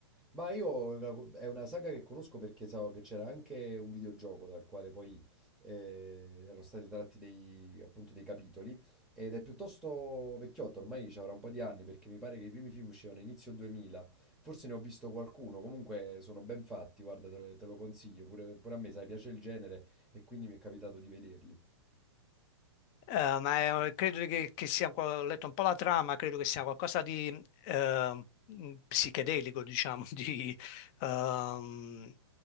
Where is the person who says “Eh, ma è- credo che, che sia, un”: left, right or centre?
Left